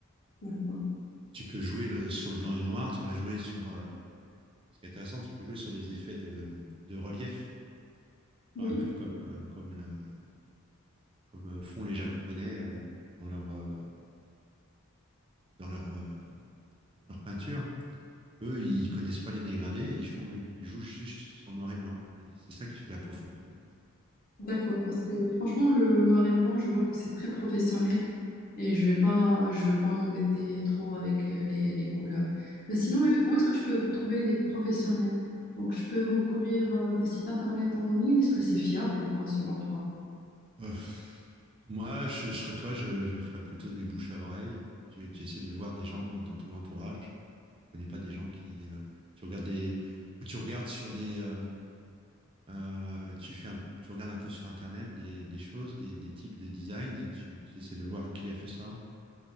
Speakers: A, on the left; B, on the right.
A: D'accord.
B: Tu peux jouer le, sur le blanc et noir, tu vas jouer sur, euh, ce qui est intéressant, tu peux jouer sur des effets de, de relief,
A: Oui.
B: Enfin, un peu comme, euh, comme le- comme euh, font les Japonais euh, dans leur, euh, dans leur, euh, leur peinture. Eux, ils connaissent pas les dégradés, ils font, ils jouent juste sur le noir et blanc. Et c'est ça qui fait la profondeur.
A: D'accord, parce que franchement, le noir et blanc, je vois que c'est très professionnel et je vais pas, je veux pas m'embêter trop avec euh, les, les couleurs. Mais sinon, euh, où est-ce que je peux trouver les professionnels? Donc, je peux recourir à des sites internet en ligne. Est-ce que c'est fiable ou pas, selon toi?
B: Euh, moi, je, je serais toi, je, je ferais plutôt du bouche à oreille. Tu, tu essaies de voir des gens dans ton entourage. Tu connais pas des gens qui, euh, tu regardes des, ou tu regardes sur des, euh, euh, tu fais un- tu regardes un peu sur Internet des, des choses, des, des types de design et tu, tu essaies de voir qui a fait ça.